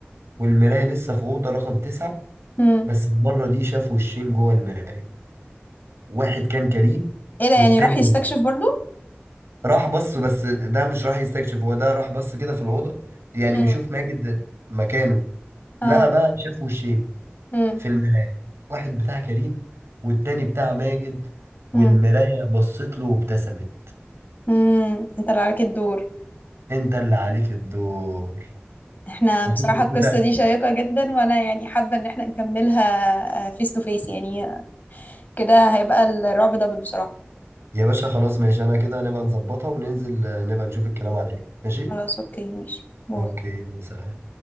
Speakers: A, on the right (about 85°); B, on the left (about 45°).
A: والمراية لسه في أوضة رقم تسعة
B: مم.
A: بس المرة دي شاف وشين جوه المراية واحد كان كريم
B: ايه ده يعني
A: والتاني
B: راح يستكشف
A: ماجد
B: برضه
A: راح بص بس ده مش راح يستكشف هو ده راح بص كده في الأوضة يعني
B: مم.
A: بيشوف ماجد مكانه
B: اه
A: لقى بقى شاف وشين
B: مم.
A: في المراية واحد بتاع كريم والتاني بتاع ماجد
B: مم.
A: والمراية بصت له وابتسمت
B: امم انت اللي عليك الدور
A: انت اللي عليك الدور
B: احنا
A: وتوتو
B: بصراحة
A: توتة
B: القصة دي شيقة جدا وانا يعني حابة ان احنا نكملها فيس تو فيس يعني كده هيبقى الرعب دبل بصراحة
A: يا باشا خلاص ماشي انا كده نبقى نظبطها وننزل آه، نبقى نشوف الكلام على ايه ماشي
B: خلاص اوكي ماشي باي
A: اوكي يلا سلام